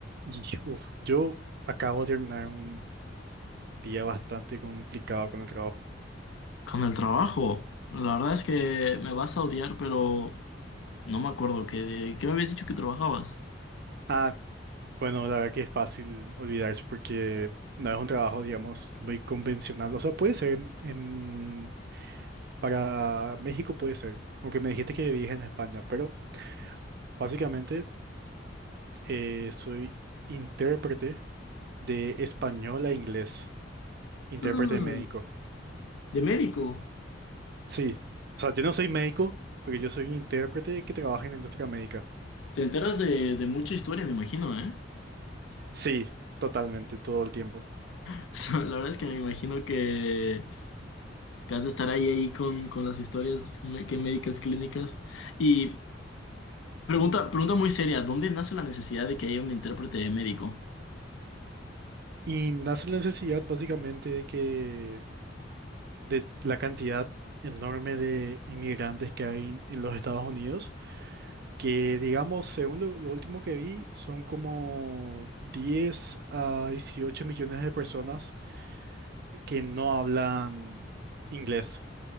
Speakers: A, on the right; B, on the left.
A: Y, uf, yo acabo de terminar un día bastante complicado con el trabajo.
B: Con el trabajo, la verdad es que me vas a odiar, pero no me acuerdo que de qué me habías dicho que trabajabas.
A: Ah, bueno, la verdad que es fácil olvidarse porque no es un trabajo, digamos, muy convencional. O sea, puede ser en- para México puede ser, aunque me dijiste que vivís en España, pero básicamente eh, soy intérprete de español a inglés, intérprete
B: Ah,
A: médico.
B: de médico.
A: Sí, o sea, yo no soy médico, pero yo soy un intérprete que trabaja en la industria médica.
B: Te enteras de, de mucha historia, me imagino, ¿eh?
A: Sí, totalmente, todo el tiempo.
B: <laughs> O sea, la verdad es que me imagino que, que has de estar ahí ahí con, con las historias me- que médicas clínicas. Y pregunta, pregunta muy seria, ¿dónde nace la necesidad de que haya un intérprete médico?
A: Y nace la necesidad básicamente de que de la cantidad enorme de inmigrantes que hay en en los Estados Unidos, que digamos, según lo, lo último que vi, son como 10 a 18 millones de personas que no hablan inglés